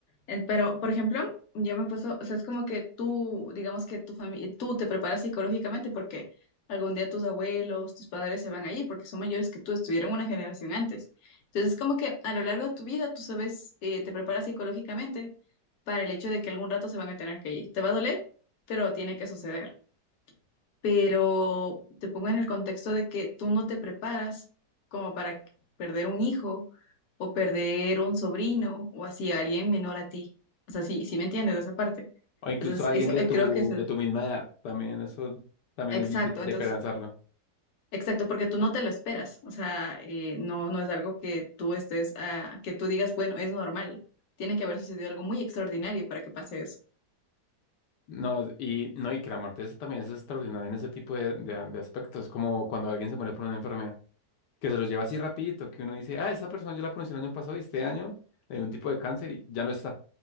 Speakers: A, on the left; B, on the left.
A: En- Pero, por ejemplo, yo me he puesto, o sea, es como que tú, digamos que tu familia, tú te preparas psicológicamente porque algún día tus abuelos, tus padres se van a ir porque son mayores que tú, estuvieron una generación antes. Entonces, es como que a lo largo de tu vida tú sabes, eh, te preparas psicológicamente para el hecho de que algún rato se van a tener que ir. Te va a doler, pero tiene que suceder pero te pongo en el contexto de que tú no te preparas como para perder un hijo o perder un sobrino o así alguien menor a ti. O sea, sí, sí me entiendes de esa parte.
B: O incluso
A: Entonces,
B: alguien
A: eso
B: de
A: eh,
B: tu,
A: Claro, creo claro. que es
B: de tu misma edad. También eso también
A: exacto,
B: es difícil
A: entonces,
B: de pensarlo.
A: exacto, porque tú no te lo esperas. O sea, eh, no, no es algo que tú estés, ah, que tú digas, bueno, es normal. Tiene que haber sucedido algo muy extraordinario para que pase eso.
B: No, y no, y que la muerte es- también es extraordinaria en ese tipo de, de, de aspectos, como cuando alguien se muere por una enfermedad, que se lo lleva así rapidito, que uno dice, ah, esa persona yo la conocí el año pasado y este año le dio un tipo de cáncer y ya no está.